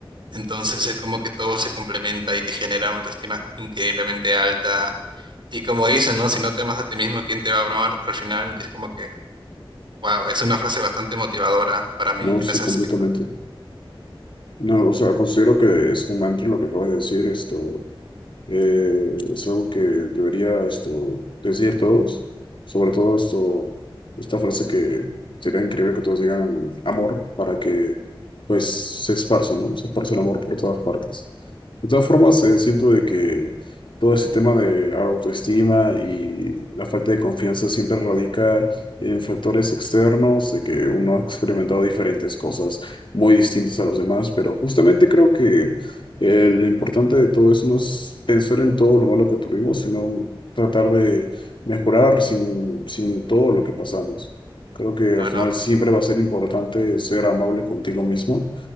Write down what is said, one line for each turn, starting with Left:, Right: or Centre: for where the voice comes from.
Right: Entonces es como que todo se complementa y te genera una autoestima increíblemente alta. Y como dicen, ¿no? Si no te amas a ti mismo, ¿quién te va a amar al final? Y es como que, wow, es una frase bastante motivadora para mí
Left: no,
Right: en
Left: sí,
Right: ese
Left: completamente.
Right: aspecto.
Left: No, o sea, considero que es un mantra lo que acabas de decir, esto eh, es algo que debería esto decir todos, sobre todo esto, esta frase que sería increíble que todos digan amor para que pues se esparza, ¿no? Se esparza el amor por todas partes. De todas formas, eh, siento de que todo este tema de autoestima y la falta de confianza siempre radica en factores externos, de que uno ha experimentado diferentes cosas muy distintas a los demás, pero justamente creo que eh, lo importante de todo eso no es pensar en todo lo malo que tuvimos, sino tratar de mejorar sin, sin todo lo que pasamos. Creo que al
Right: Claro,
Left: final siempre va a ser importante ser amable contigo mismo